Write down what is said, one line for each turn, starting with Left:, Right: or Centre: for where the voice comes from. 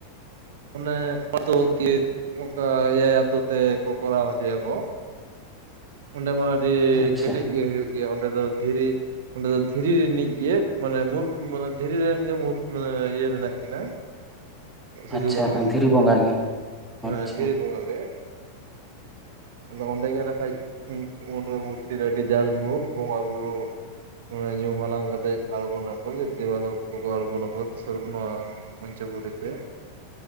Right: ᱚᱱᱮ ᱟ. ᱛᱩ ᱠᱤ ᱚᱱᱠᱟ ᱮᱭᱟᱭ ᱟᱛᱩ ᱛᱮ ᱠᱚ ᱠᱚᱨᱟᱣ ᱦᱚᱪᱚᱭ ᱟᱠᱚ ᱚᱸᱰᱮ ᱢᱟ ᱟᱹᱰᱤ
Centre: ᱟᱪᱪᱷᱟ
Right: ᱠᱮᱴᱮᱡ ᱜᱮ ᱦᱩᱭᱩᱜ ᱜᱮᱭᱟ ᱚᱸᱰᱮ ᱫᱚ ᱫᱷᱤᱨᱤ <unintelligible> ᱚᱸᱰᱮ ᱫᱚ ᱫᱷᱤᱨᱤ ᱨᱤᱱᱤᱡ ᱜᱮ ᱢᱟᱱᱮ ᱢᱩᱨ <unintelligible> ᱢᱟᱱᱮ ᱫᱷᱤᱨᱤ ᱨᱮᱱ ᱜᱮ ᱢᱩᱨ <unintelligible> ᱤᱭᱟᱹ ᱢᱮᱱᱟᱜ ᱠᱤᱱᱟᱹ ᱥᱤᱫᱩ
Centre: ᱟᱪᱪᱷᱟ
Right: ᱠᱟᱹᱱᱦᱩ <unintelligible>
Centre: ᱫᱷᱤᱨᱤ ᱵᱚᱸᱜᱟ ᱜᱮ ᱟᱪᱪᱷᱟ
Right: ᱮᱸ ᱫᱷᱤᱨᱤ ᱵᱚᱸᱜᱟ ᱜᱮ ᱟᱫᱚ ᱚᱸᱰᱮ ᱜᱮ <unintelligible> ᱚᱸᱰᱮ ᱢᱩᱨᱛᱤᱮ ᱨᱮ ᱟᱹᱰᱤ ᱡᱟᱠ ᱡᱚᱢᱚᱠ ᱵᱚᱸᱜᱟ ᱵᱩᱨᱩ ᱚᱸᱲᱮ ᱧᱩᱢ ᱦᱟᱞᱟᱝ ᱠᱟᱛᱮ ᱟᱬᱜᱚᱱ ᱟᱠᱚ ᱫᱮᱣ ᱞᱚᱠ.. <unintelligible> ᱢᱚᱧᱪᱚ ᱯᱩᱨᱤ ᱛᱮ